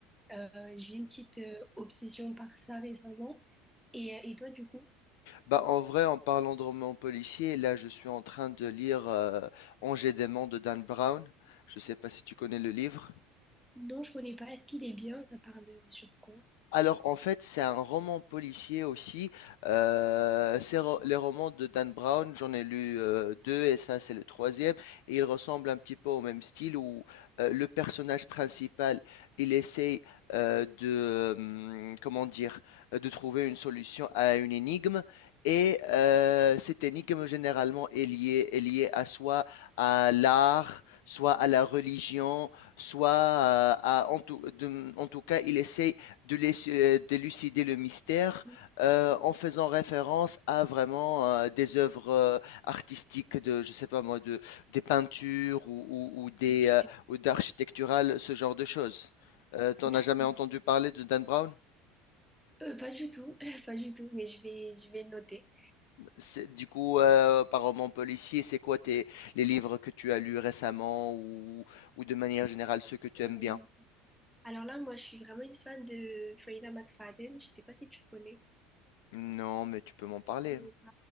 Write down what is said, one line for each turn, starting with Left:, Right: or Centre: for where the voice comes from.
Centre: Euh, j'ai une petite euh, obsession par ça récemment. Et, euh, et toi, du coup?
Left: Bah, en vrai, en parlant de romans policiers, là, je suis en train de lire euh, Angers Démon de Dan Brown. Je sais pas si tu connais le livre.
Centre: Non, je connais pas. Est-ce qu'il est bien? Ça parle sur quoi?
Left: Alors, en fait, c'est un roman policier aussi. Euh, c'est ro- les romans de Dan Brown, j'en ai lu euh, deux et ça, c'est le troisième. Et il ressemble un petit peu au même style où euh, le personnage principal, il essaye euh, de, hum, comment dire, de trouver une solution à une énigme. Et euh, cette énigme, généralement, est liée, est liée à soit à l'art, soit à la religion, soit à, à- en tout, de- en tout cas, il essaye de l'ess- euh, d'élucider le mystère
Centre: Mhm.
Left: euh, en faisant référence à vraiment euh, des œuvres euh, artistiques de, je sais pas moi, de, des peintures ou, ou- ou des
Centre: Ok,
Left: euh, ou d'architecturales, ce genre de choses. Euh, t'en
Centre: d'accord.
Left: as jamais entendu parler de Dan Brown?
Centre: Euh, pas du tout, <laughs> pas du tout, mais je vais, je vais le noter.
Left: C'est- du coup, euh, par roman policier, c'est quoi tes, les livres que tu as lus récemment ou, ou de manière générale ceux que tu
Centre: Euh,
Left: aimes bien?
Centre: alors là, moi, je suis vraiment une fan de Freida McFadden. Je sais pas si tu connais.
Left: Non, mais tu peux m'en parler.
Centre: C'est ça.